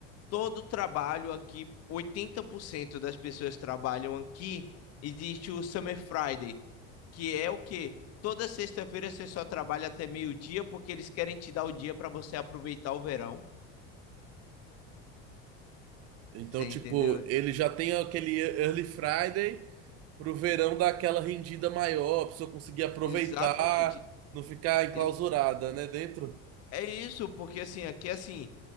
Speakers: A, on the left; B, on the right.
A: todo o trabalho aqui, 80% das pessoas trabalham aqui, existe o Summer Friday, que é o quê? Toda sexta-feira você só trabalha até meio-dia porque eles querem te dar o dia para você aproveitar o verão.
B: Então,
A: Você
B: tipo,
A: entendeu?
B: ele já tem aquele Early Friday pro verão dar aquela rendida maior, a pessoa conseguir aproveitar,
A: Exatamente.
B: não ficar enclausurada,
A: Ex-
B: né, dentro.
A: É isso, porque assim, aqui assim,